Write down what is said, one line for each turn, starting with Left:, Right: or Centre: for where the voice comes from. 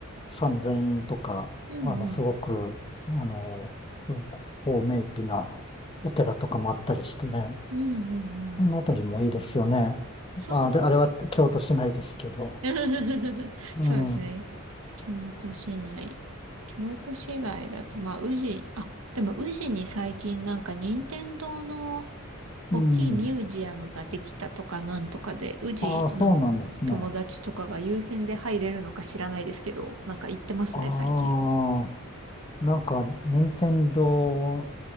Left: 三千院とか、
Right: うんうん。
Left: あの、すごく、あの、高名碑なお寺とかもあったりしてね、
Right: うんうんうん。
Left: あの辺りもいいですよね。
Right: そうです。
Left: まあ、あれ、あれは京都市内ですけど。
Right: <laughs>
Left: うん、
Right: そうですね。京都市内。京都市外だと、まあ、宇治、あ、でも宇治に最近なんか任天堂の大きいミュージアムができたとかなんとかで、
Left: うん。
Right: 宇治の友達とかが優先で入れるのか知らないですけど、
Left: ああ、そうなんですね。
Right: なんか行ってますね、
Left: あ
Right: 最近。
Left: あ、なんか、任天堂